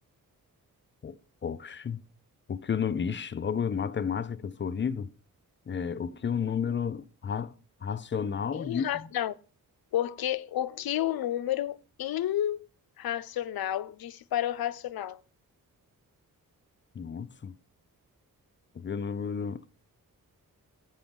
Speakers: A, on the left; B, on the left.
A: O- Oxe. O que o número. Ixi, logo em matemática, que eu sou horrível. É, o que o número ra- racional
B: Irra...
A: diz.
B: Não, porque o que o número irracional disse para o racional?
A: Nossa. O que o número.